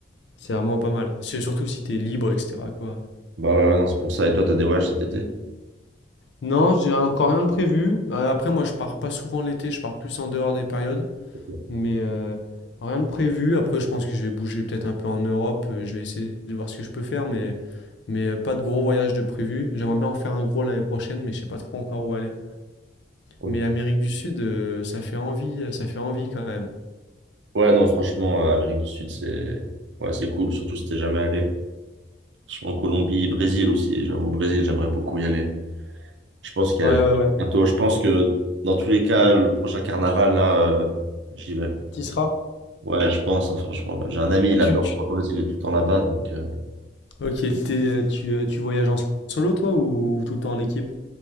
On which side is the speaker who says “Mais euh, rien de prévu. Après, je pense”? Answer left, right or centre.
Left